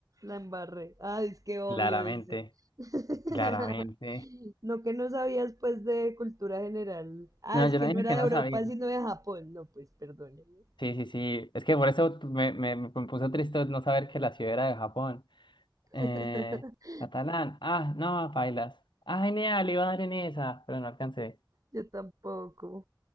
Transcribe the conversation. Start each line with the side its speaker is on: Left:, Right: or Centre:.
Right: la embarré. Ah, es que obvio,
Left: Claramente,
Right: dice. <laughs>
Left: claramente.
Right: No que no sabías pues de cultura general. Ah,
Left: No,
Right: es
Left: yo
Right: que
Left: no dije
Right: no era
Left: que
Right: de
Left: no
Right: Europa,
Left: sabía.
Right: sino de Japón. No, pues perdónenme.
Left: Sí, sí, sí. Es que por eso me, me, me puso triste no saber que la ciudad era de Japón. Eh,
Right: <laughs>
Left: catalán. Ah, no, bailas. Ah, genial, iba a dar en esa, pero no alcancé.
Right: Yo tampoco.